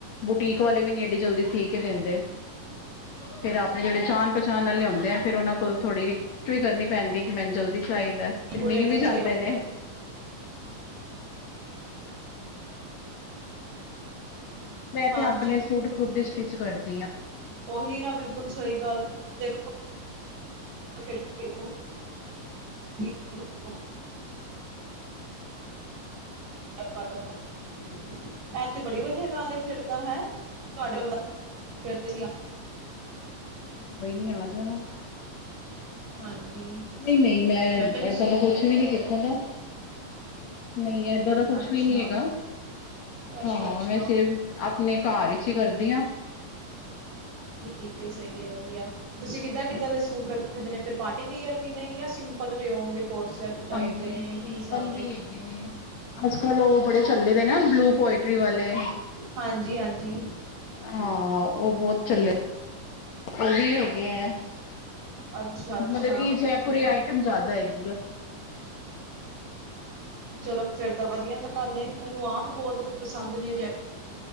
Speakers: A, on the left; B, on the right.
A: ਬੁਟੀਕ ਵਾਲੇ ਵੀ ਨੀ ਐਡੀ ਜਲਦੀ ਸੀ ਕੇ ਦਿੰਦੇ। ਫਿਰ ਆਪਣੇ ਜਿਹੜੇ ਜਾਣ ਪਛਾਣ ਨਾਲ ਲਿਆਉਦੇ ਆ ਫਿਰ ਉਹਨਾਂ ਕੋਲ ਥੋੜੀ ਉੱਚੇ ਵੀ ਕਰਨੀ ਪੈਂਦੀ ਕਿ ਮੈਂਟਲ ਚਾਹੀਦਾ ਫਿਰ
B: ਬਿਲਕੁਲ
A: ਮਿਲ
B: ਇੱਕਦਮ
A: ਵੀ ਜਾਂਦੇ
B: ਸਹੀ ਗੱਲ।
A: ਨੇ। ਮੈਂ ਤੇ
B: ਹਾਂਜੀ
A: ਆਪਣੇ ਸੂਟ ਖੁਦ ਸਟਿਚ ਕਰਦੀ ਹਾਂ।
B: ਉਹੀ ਨਾ ਬਿਲਕੁਲ ਸਹੀ ਗੱਲ ਦੇਖੋ। ਉਹ ਵੀ <unintelligible>
A: <inaudible>
B: ਇਹ ਕਟਣ ਦਾ। ਇਹ ਤੇ ਬੜੀ ਵਧੀਆ ਗੱਲ ਫਿਰ ਤਾਂ ਹੈ ਤੁਹਾਡੇ ਕੋਲ ਫਿਰ ਅਸੀਂ
A: ਕੋਈ ਨੀ ਆ ਜਾਣਾ।
B: ਹਾਂਜੀ।
A: ਨਹੀਂ ਨਹੀਂ ਮੈਂ
B: ਕਿਹਾ ਤੁਸੀਂ
A: ਏਦਾਂ ਦਾ ਕੁਛ ਵੀ ਨਹੀਂ ਕੀਤਾ ਦਾ ਨਹੀਂ ਏਦਾਂ ਦਾ ਕੁਛ
B: ਅੱਛਾ
A: ਵੀ ਨਹੀਂ ਹੈਗਾ
B: ਅੱਛਾ
A: ਹਾਂ
B: ਅੱਛਾ
A: ਮੈਂ ਸਿਰਫ ਆਪਣੇ ਘਰ ਚ ਹੀ ਕਰਦੀ ਹਾਂ।
B: ਠੀਕ ਏ ਸਹੀ ਹੈ ਵਧੀਆ ਤੁਸੀਂ ਕਿੱਦਾਂ ਕਿੱਦਾਂ ਦੇ ਸੂਟ ਰੱਖਦੇ ਨੇ ਫਿਰ। ਪਾਰਟੀ ਵੀਅਰ ਵੀ ਨੇ ਜਾਂ ਸਿੰਪਲਓ ਦੇ ਕੋਟ ਸੈਟ ਟਾਈਪ
A: ਹਾਂਜੀ
B: ਹੈ ਜਾ
A: ਸਿੰਪਲ
B: ਕੀ ਹਿਸਾਬ ਹੈ।
A: ਵੀ ਹੈਗੇ ਨੇ ਅੱਜ ਕੱਲ ਉਹ ਬੜੇ ਚੱਲੇ ਦੇ ਨਾ ਬਲੂ ਪੋਇੰਟ <unintelligible> ਵਾਲੇ
B: ਹਾਂਜੀ ਹਾਂਜੀ
A: ਹਾਂ ਉਹ ਬਹੁਤ ਚੱਲੇ। ਉਹ ਵੀ ਹੈਗੇ ਆ
B: ਅੱਛਾ ਅੱਛਾ
A: ਮਤਲਬ ਕੀ ਜੈਪੁਰੀ ਆਈਟਮ ਜ਼ਿਆਦਾ ਹੈਗੀ ਹੈ।
B: ਚਲੋ ਫਿਰ ਤਾਂ ਵਧੀਆ ਗੱਲ। ਗੱਲ ਮੈਨੂੰ ਆਪ ਬਹੁਤ ਪਸੰਦ ਨੇ ਜੈ